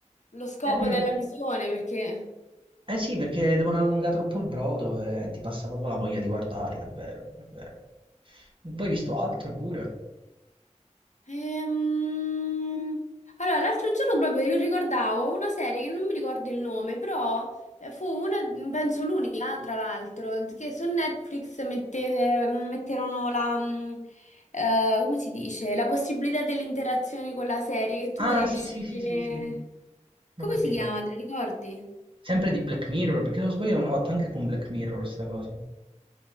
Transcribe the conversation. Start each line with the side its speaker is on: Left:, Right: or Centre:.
Left: lo scopo
Right: Eh, però...
Left: della visione perché...
Right: Eh sì, perché devono allungare troppo il brodo e ti passa proprio la voglia di guardarla, è vero, è vero. Poi hai visto altro pure.
Left: Ehm, Allora, l'altro giorno proprio io ricordavo una serie che non mi ricordo il nome, però eh, fu una, penso l'unica, tra l'altro, che su Netflix mette- ehm, metterono la, mm, eh, come si dice, la possibilità dell'interazione con la serie, che tu
Right: Ah,
Left: potevi
Right: sì,
Left: scegliere...
Right: sì, sì, sì, sì,
Left: Come
Right: ho capito.
Left: si chiama, te la ricordi?
Right: Sempre di Black Mirror, perché se non sbaglio l'hanno fatto anche con Black Mirror sta cosa.